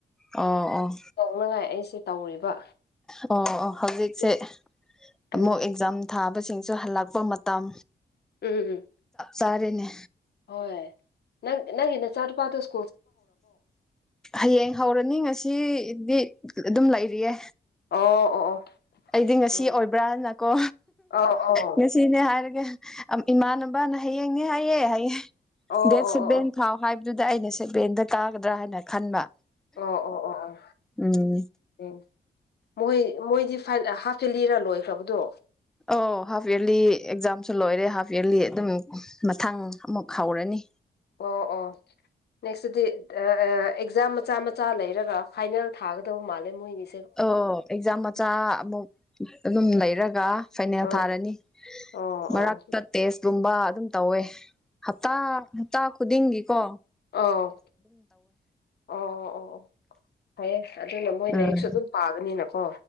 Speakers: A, in the centre; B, on the left.
A: ꯑꯣ ꯑꯣ
B: ꯇꯧꯅꯉꯥꯏ ꯑꯩꯁꯦ ꯇꯧꯔꯤꯕ
A: ꯑꯣ ꯑꯣ ꯍꯧꯖꯤꯛꯁꯦ
B: ꯎꯝ ꯎꯝ
A: ꯑꯃꯨꯛ ꯑꯦꯛꯖꯥꯝ ꯊꯥꯕꯁꯤꯡꯁꯨ ꯍꯜꯂꯛꯄ ꯃꯇꯝ
B: ꯑꯨꯝ
A: ꯇꯥꯔꯦꯅꯦ
B: ꯍꯣꯏ ꯅꯪ ꯅꯪꯒꯤ ꯅꯆꯥꯅꯨꯄꯗꯣ ꯢꯁꯀꯨꯜ
A: ꯍꯥꯌꯦꯡ ꯍꯧꯔꯅꯤ ꯉꯁꯤꯗꯤ ꯑꯗꯨꯝ ꯂꯩꯔꯤꯌꯦ
B: ꯑꯣ ꯑꯣ ꯑꯣ
A: ꯑꯩꯗꯤ ꯉꯁꯤ
B: ꯎꯝ
A: ꯑꯣꯏꯕ꯭ꯔꯥꯅꯀꯣ
B: ꯑꯧ ꯑꯧ
A: ꯉꯁꯤꯅꯦ ꯍꯥꯏꯔꯒ ꯏꯃꯥꯟꯅꯕꯅ ꯍꯌꯦꯡꯅꯦ ꯍꯥꯏꯌꯦ ꯍꯌꯦꯡ
B: ꯑꯣ
A: ꯗꯦꯠ
B: ꯑꯣ ꯑꯣ
A: ꯁꯚꯦꯟ
B: ꯑꯣ
A: ꯐꯥꯎ ꯍꯥꯏꯕꯗꯨꯗ ꯑꯩꯅꯁꯨ <unintelligible> ꯀꯥꯒꯗ꯭ꯔꯥ ꯍꯥꯏꯅ ꯈꯟꯕ
B: ꯑꯣ ꯑꯣ ꯑꯣ ꯑꯣ
A: ꯎꯝ
B: ꯎꯝ ꯃꯣꯏ ꯃꯣꯏꯗꯤ <unintelligible> ꯍꯞꯖꯤꯜꯂꯤꯔ ꯂꯣꯏꯈ꯭ꯔꯕꯗꯣ
A: ꯑꯣ ꯍꯥꯐ ꯏꯌꯥꯔꯂꯤ ꯑꯦꯛꯖꯥꯝꯁꯨ ꯂꯣꯏꯔꯦ ꯍꯥꯐ ꯏꯔꯂꯤ ꯑꯗꯨꯝ ꯃꯊꯪ ꯑꯃꯨꯛ ꯍꯧꯔꯅꯤ
B: ꯑꯣ ꯑꯣ ꯅꯦꯛꯁꯇꯗꯤ ꯗꯥ ꯑꯑ ꯑꯦꯛꯖꯥꯝ ꯃꯆꯥ ꯃꯆꯥ ꯂꯩꯔꯒ ꯐꯥꯏꯅꯦꯜ ꯊꯥꯒꯗꯕ ꯃꯥꯜꯂꯦ ꯃꯣꯏꯅꯤ
A: ꯑꯣ ꯑꯦꯛꯖꯥꯝ ꯃꯆꯥ ꯑꯃꯨꯛ ꯑꯗꯨꯝ ꯂꯩꯔꯒ ꯐꯥꯏꯅꯦꯜ
B: ꯑ
A: ꯊꯥꯔꯅꯤ
B: ꯑꯣ ꯑꯣ
A: ꯃꯔꯛꯇ ꯇꯦꯁꯀꯨꯝꯕ ꯑꯗꯨꯝ ꯇꯧꯋꯦ ꯍꯞꯇꯥ-ꯍꯞꯇꯥ ꯈꯨꯗꯤꯡꯒꯤ ꯀꯣ
B: ꯑꯣ ꯑꯣ ꯑꯣ ꯐꯩꯌꯦ ꯑꯗꯨꯅꯥ ꯃꯣꯏ
A: ꯎꯝ
B: ꯂꯥꯏꯔꯤꯛꯁꯨ ꯑꯗꯨꯝ ꯄꯥꯒꯅꯤꯅ ꯀꯣ